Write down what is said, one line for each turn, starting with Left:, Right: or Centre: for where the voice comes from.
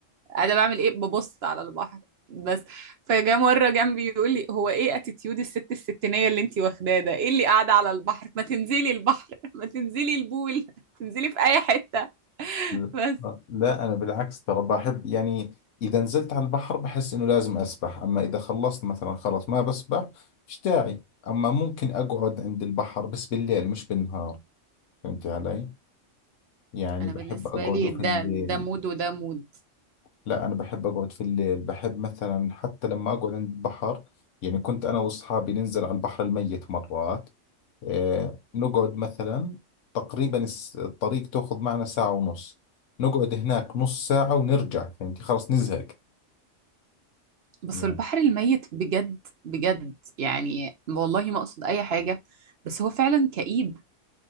Right: انا بعمل ايه ببص على البحر بس فجاء مره جنبي يقول لي هو ايه اتيتيود الست الستينيه اللي انتي واخداه ده ايه اللي قاعده على البحر ما تنزلي البحر <laughs> ما تنزلي البول <laughs> تنزلي في اي حته
Left: ل-
Right: بس
Left: لا أنا بالعكس ترى بحب يعني إذا نزلت على البحر بحس إنه لازم أسبح أما إذا خلصت مثلا خلص ما بسبح مش داعي أما ممكن أقعد عند البحر بس بالليل مش بالنهار فهمت علي؟ يعني
Right: انا
Left: بحب
Right: بالنسبه
Left: أقعد
Right: لي
Left: في
Right: ده
Left: الليل
Right: ده مود وده مود
Left: لا أنا بحب أقعد في الليل بحب مثلا حتى لما أقعد عند البحر يعني كنت أنا وأصحابي ننزل على البحر الميت مرات آه نقعد مثلا تقريبا الس- الطريق تأخذ معنا ساعة ونص نقعد هناك نص ساعة ونرجع فهمتي خلاص نزهق
Right: بس
Left: يعني
Right: البحر الميت بجد بجد يعني والله ما اقصد اي حاجه بس هو فعلا كئيب